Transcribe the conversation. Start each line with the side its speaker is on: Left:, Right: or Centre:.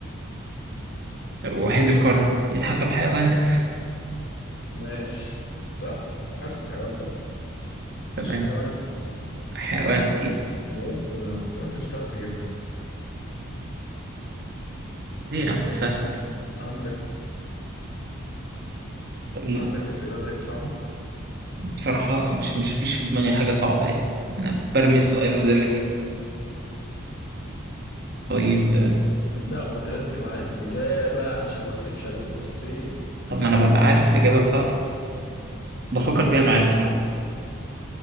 Right: وحيد القرن يتحسب حيوان ده
Left: ماشي صح حسب حيوان صح
Right: تمام
Left: مش حيوان
Right: حيوان أكيد
Left: أنا قلت قلت مش هتعرف تجيبها
Right: ليه يا عم ده سهل بس
Left: عندك
Right: طيب
Left: عندك أسئلة طيب صعبة
Right: بصراحة مش مش فيش في دماغي حاجة صعبة يعني أنا برمي السؤال وزي ما تيجي طيب
Left: لا ما انت لازم تبقى عارف الإجابة عشان ما احسبش عليك نقطتين
Right: طب ما أنا ببقى عارف الإجابة بتاعتي بفكر فيها معاك بصراحة